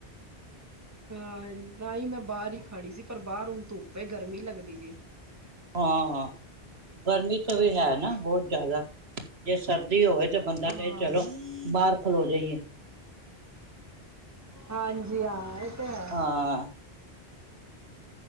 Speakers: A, on the right; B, on the right.
A: ਹਾਂ ਤਾਂ ਹੀ ਮੈਂ ਬਾਹਰ ਹੀ ਖੜੀ ਸੀ। ਪਰ ਬਾਹਰ ਹੁਣ ਧੁੱਪ ਹੈ। ਗਰਮੀ ਲੱਗਦੀ ਪਈ ਹੈ।
B: ਹਾਂ ਗਰਮੀ ਤਾਂ
A: ਹਾਂ
B: ਫੇਰ ਹੈ ਨਾ ਬਹੁਤ ਜ਼ਿਆਦਾ ਜੇ ਸਰਦੀ ਹੋਵੇ। ਤੇ ਬੰਦਾ ਫੇਰ
A: ਹਾਂ
B: ਚਲੋ ਬਾਹਰ ਖਲੋ ਜਾਈਏ।
A: ਹਾਂਜੀ ਹਾਂ। ਤੇ ਹੈ
B: ਹਾਂ।